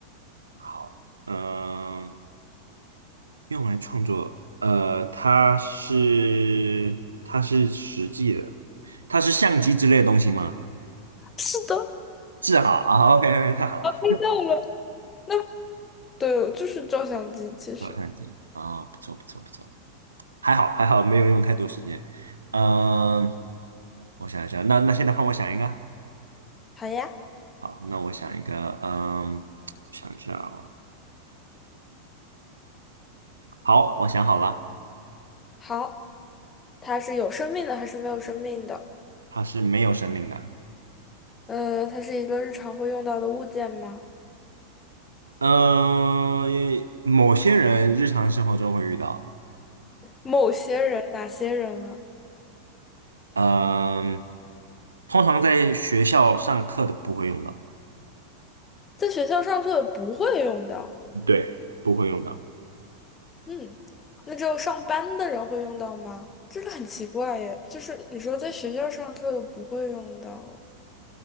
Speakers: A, on the right (about 75°); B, on the left (about 20°).
A: 好，嗯、用来创作，呃，它是它是实际的，它是相机之类的东西吗？
B: 是的，
A: 是好啊，OK OK，<laughs> 太好了，
B: 猜到了。那对，就是照相机，其实。
A: 照相机啊，不错不错不错，还好还好，没有用太多时间。嗯，我想一下，那那现在换我想一个，
B: 好呀，
A: 好，那我想一个，嗯，想一下哦，好，我想好了，
B: 好。它是有生命的还是没有生命的？
A: 它是没有生命的，
B: 呃，它是一个日常会用到的物件吗？
A: 嗯，某些人日常生活中会遇到。
B: 某些人，哪些人啊？
A: 嗯，通常在学校上课的不会用到，
B: 在学校上课不会用到，
A: 对不会用到，
B: 嗯，那只有上班的人会用到吗？这个很奇怪耶，就是你说在学校上课的不会用到